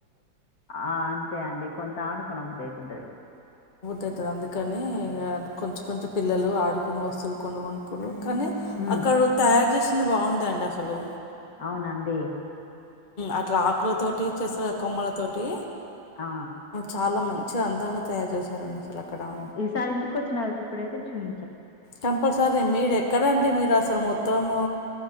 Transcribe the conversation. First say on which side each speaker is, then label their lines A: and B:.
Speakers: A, on the left (about 50°); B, on the left (about 30°).
A: ఆ అంతే అండి కొంటా ఉంటే కొనిబుద్ధ అవుతుంటది
B: అవుంది అందుకని ఇగ కొంచెం కొంచెం పిల్లలు ఆడుకుని వస్తువులు కొన్ని కొనుక్కురు కానీ
A: హ్మ్.
B: అక్కడ తయారు చేసింది బాగుందండి అసలు
A: అవునా అండీ
B: అట్లా ఆకులతోటి చేస్తారు కొమ్మలతోటి
A: ఆ!
B: చాలా మంచి మంచిగా అందంగా తయారు చేశారండి అసలు అక్కడ
A: అదే ఈసారి ఇంటికి వచ్చినప్పుడైతే చూయి
B: కంపల్సరీ మీరు ఎక్కడండి మీరు అసలు మొత్తము